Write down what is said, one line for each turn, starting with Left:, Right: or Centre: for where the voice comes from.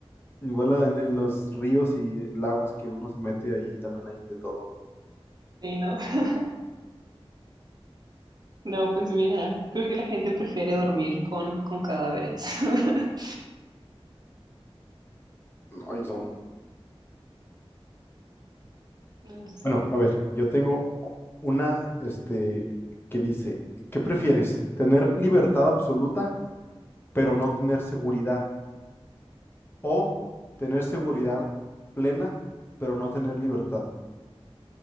Left: igual en, en los ríos y lagos que uno se mete ahí también hay de todo.
Right: sí, ¿no? <laughs> No, pues mira, creo que la gente prefiere dormir con, con cadáveres. <laughs>
Left: Ay, no.
Right: No, sí.
Left: Bueno, a ver, yo tengo una, este, que dice, ¿qué prefieres? ¿Tener libertad absoluta? pero no tener seguridad. O tener seguridad plena, pero no tener libertad.